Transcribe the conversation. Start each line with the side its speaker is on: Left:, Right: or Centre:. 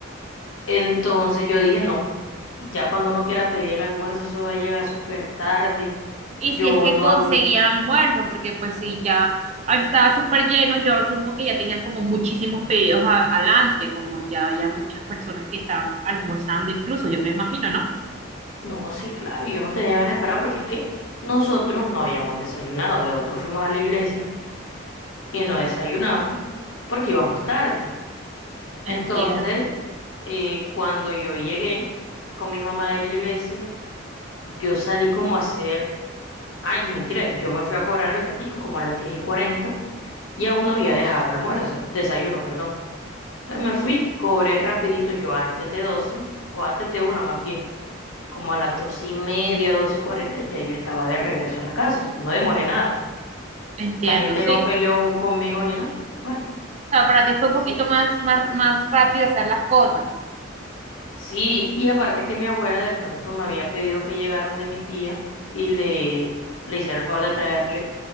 Left: Entonces yo dije, no, ya cuando uno quiera pedir el almuerzo, eso va a llegar súper tarde.
Right: Y
Left: Yo
Right: si es que
Left: no
Right: conseguían
Left: había.
Right: almuerzo, porque pues si ya ahí estaba súper lleno, yo asumo que ya tenían como muchísimos pedidos a- adelante, como ya había muchas personas que estaban almorzando incluso, yo me imagino, ¿no?
Left: No, sí, claro, yo no tenía ganas de esperar porque es que nosotros no habíamos desayunado, de otro fuimos a la iglesia y no desayunamos porque íbamos tarde.
Right: Entiendo,
Left: Entonces, eh, cuando yo llegué con mi mamá de la iglesia, yo salí como a hacer, ay, mentira, yo me fui a cobrar al ratico como a las 10 y 40 y aún no había dejado almuerzo, o sea, desayuno, perdón. Entonces me fui, cobré rapidito yo antes de 12 o antes de una más bien. Como a las dos y media, dos y cuarenta, ya yo estaba de regreso a la casa, o sea, no demoré nada.
Right: entiendo,
Left: La gente
Right: sí.
Left: no peleó conmigo ni nada. Bueno,
Right: O sea, para ti fue
Left: Así.
Right: un poquito más, más, más rápido hacer las cosas.
Left: sí, y aparte que mi abuela de pronto me había pedido que llegaron de mi tía y le, le hiciera el favor de traerle